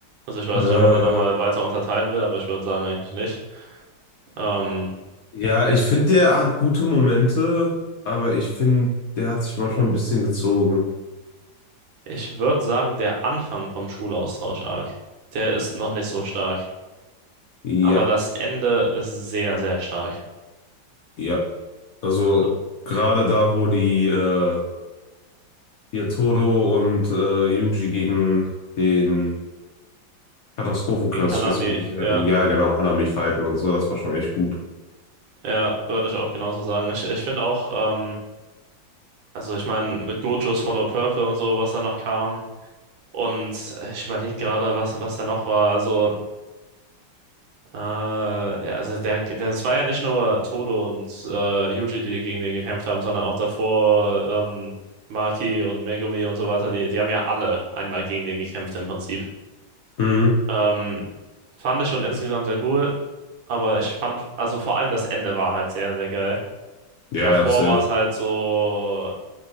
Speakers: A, on the right; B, on the left.
A: Also ich weiß
B: Äh,
A: nicht, ob man den nochmal weiter unterteilen will, aber ich würde sagen eigentlich nicht. Ähm,
B: ja, ich finde, der hat gute Momente, aber ich finde, der hat sich manchmal ein bisschen gezogen.
A: ich würde sagen, der Anfang vom Schulaustausch-Arc, der ist noch nicht so stark.
B: Ja,
A: Aber das Ende ist sehr, sehr stark.
B: ja. Also
A: Also
B: gerade da, wo die äh, hier Todo und äh, Yuji gegen den Katastrophenkurs,
A: gegen Hanami,
B: ich weiß nicht mehr, wie sie,
A: ja.
B: ja genau, Hanami fighten und so, das war schon echt gut.
A: Ja, würde ich auch genauso sagen. Ich, ich finde auch, ähm, also ich meine, mit Gojos Hollow Purple und so, was da noch kam. Und ich überlege gerade, was, was da noch war. Also, äh, ja, also der, der, das war ja nicht nur Todo und äh, Yuji, die gegen den gekämpft haben, sondern auch davor ähm, Maki und Megumi und so weiter. Die, die haben ja alle einmal gegen den gekämpft im Prinzip.
B: Mhm.
A: Ähm, fand ich schon insgesamt sehr cool, aber ich fand, also vor allem das Ende war halt sehr, sehr geil.
B: Ja,
A: Davor
B: ja, safe.
A: war es halt so.